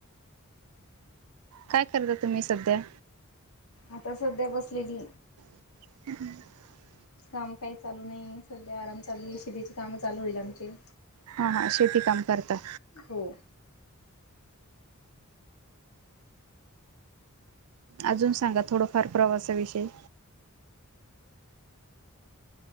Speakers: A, on the right (about 85°); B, on the left (about 80°).
A: काय करता तुम्ही सध्या?
B: आता सध्या बसलेली.
A: <inaudible>
B: काम काही चालू नाही सध्या आराम चालू आहे शेतीचे काम चालू होईल आमचे.
A: हा हा शेती काम करता.
B: हो
A: अजून सांगा थोडंफार प्रवासा विषयी.